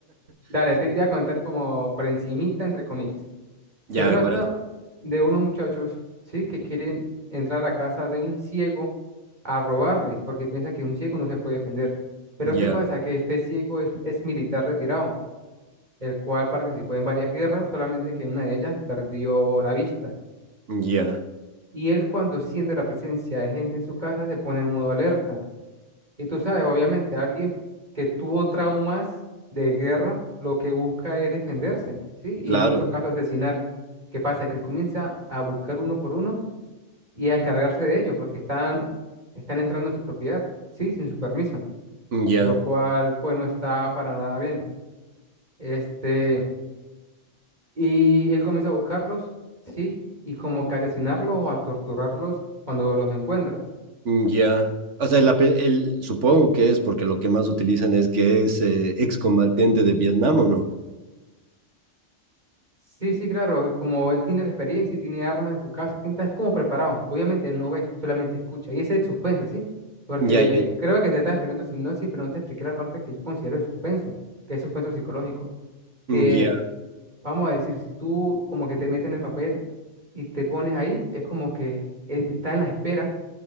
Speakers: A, on the right; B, on the right.
A: Dale,
B: <laughs>
A: te, te voy a contar como por encimita, entre comillas. Se
B: Ya,
A: trata
B: me parece.
A: de unos muchachos, ¿sí? Que quieren entrar a la casa de un ciego a robarle, porque piensa que un ciego no se puede defender. Pero
B: Ya,
A: ¿qué pasa? Que este ciego es, es militar retirado. el cual participó en varias guerras, solamente que en una de ellas perdió la vista.
B: ya,
A: Y él cuando siente la presencia de gente en su casa se pone en modo alerta. Y tú sabes, obviamente, alguien que tuvo traumas de guerra, lo que busca es defenderse, ¿sí? Y
B: claro.
A: en muchos casos asesinar. ¿Qué pasa? Que él comienza a buscar uno por uno y a encargarse de ellos porque están, están entrando en su propiedad, ¿sí? Sin su permiso,
B: Ya,
A: lo cual pues no está para nada bien. Este, Y él comienza a buscarlos, sí, y como que asesinarlos o a torturarlos cuando los encuentra.
B: ya. O sea, la pe- el, supongo que es porque lo que más utilizan es que es eh, excombatiente de Vietnam, ¿o no?
A: Sí, sí, claro, como él tiene la experiencia y tiene armas en su casa, tinta, es como preparado. Obviamente él no ve, solamente escucha. Y ese es el suspenso, ¿sí? Porque
B: Ya, ya,
A: creo que te estás explicando sinopsis, pero no te expliqué la parte que yo considero de suspenso, que es suspenso psicológico. Que,
B: ya.
A: vamos a decir, si tú como que te metes en el papel y te pones ahí, es como que eh, está en la espera